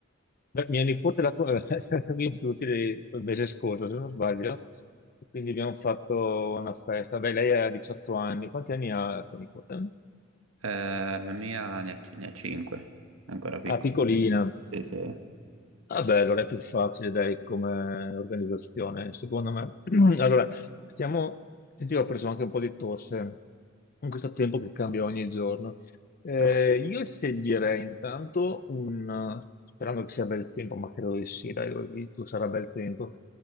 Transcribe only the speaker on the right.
Eh, la mia ne ha, ne ha 5, ancora piccola.
Sì, sì.
Però-